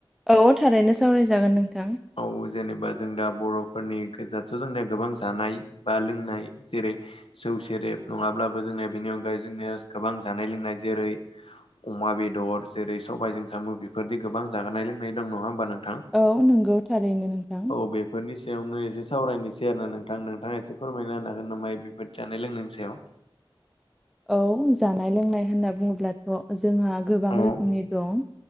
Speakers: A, in the centre; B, on the left.
A: औ थारैनो सावरायजागोन नोंथां।
B: औ जेनेबा जों दा बर'फोरनि गोजाथ' जोंनिया गोबां जानाय। बा लोंनाय। जेरै जौ सेरेब नङाब्लाबो जोंनिया बेनि अनगायै जोंनिया गोबां जानाय लोंनाय जेरै अमा बेदर जेरै सबाइजों सामु बेफोरनि गोबां जाहोनाय लोंनाय दं नङा होमबा नोंथां।
A: औ नंगौ थारैनो नोंथां।
B: औ बेफोरनि सायावनो एसे सावरायनोसै आरोना नोंथां नोंथाङा एसे फोरमायना होनो हागोन नामा मा बेफोर जानाय लोंनायनि सायाव।
A: औ जानाय लोंनाय होनना बुङोब्लाथ' जोंहा गोबां
B: औ
A: रोखोमनि दं।